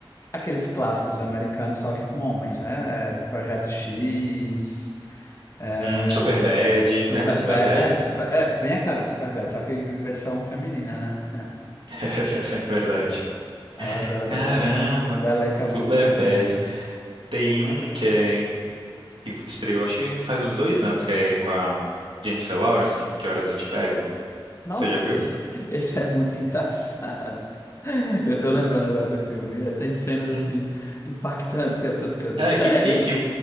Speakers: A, on the left; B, on the right.
A: aqueles clássicos americanos, só que com homens, né? É, Projeto X, é,
B: Hum, Superbad,
A: Superbad.
B: lembra de Superbad?
A: É, super, é, bem a cara de Superbad, só que versão feminina, né?
B: <laughs> Verdade.
A: Ah, Eu adoro,
B: Caramba,
A: adoro. O elenco é
B: Super
A: muito bom
B: Bad.
A: também desse filme.
B: Tem um que é que estreou, acho que faz uns dois anos, que é com a Jennifer Lawrence, assim, Que Horas Eu Te Pego.
A: Nossa,
B: Você já viu?
A: esse, <laughs> esse é muito engraçado. Eu tô lembrando agora do filme. É, Tem cenas assim
B: Hum.
A: impactantes que a pessoa fica, sério?
B: É, que, e que,